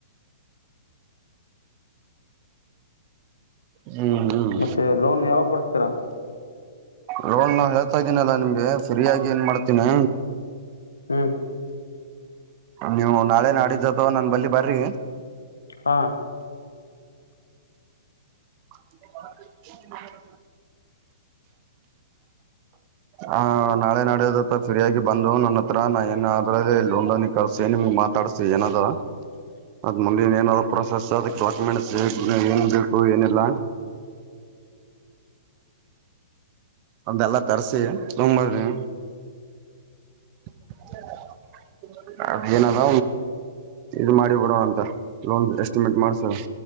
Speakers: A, on the right; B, on the left.
A: ಹ್ಮ್ ಹ್ಮ್
B: ಮತ್ತೆ ಲೋನ್ ಯಾವ ಕೊಡಸ್ತೀರಾ
A: ಲೋನ್ ನ ಹೇಳ್ತಾ ಇದೀನಲ್ಲಾ ನಿಮ್ಗೆ ಫ್ರೀಯಾಗಿ ಏನ್ ಮಾಡ್ತೀನಿ
B: ಹ್ಮ್
A: ನೀವು ನಾಳೆ ನಾಡಿದ್ದವಾ ನನ್ ಬಲ್ಲಿ ಬರ್ರಿ
B: ಹಾ
A: ಹ ಹ ಹ ನಾಳೆ ನಡದತ್ತ ಫ್ರೀಯಗಿ ಬಂದು ನನ್ನ ಹತ್ರ ನಾ ಏನ್ ಅ್ರ ಇ ಹಂದನಿ ಕಳಸ ನಿಮ್ಗ್ ಮಾತ್ ತಡಿಸಿ ಏನದ ಅದ್ ಮುಂದಿನ ಏನಾದ್ರು ಪ್ರೊಸೆಸ್ ಅದ ಡಾಕ್ಯುಮೆಂಟ್ಸ್ ಏನ್ ಬೇಕು ಏನಿಲ್ಲ ಅದೆೆಲ್ಲ ತರ್ಸಿ ತಂಬ್ಬದಿ <unintelligible> ಅದ ಏನದ ಇದು ಮಾಡಿಬೊಡುವ ಅಂತ ಲೋನ್ ಎಸ್ಟಿಮೇಟ್ ಮಾಡ್ಸುದ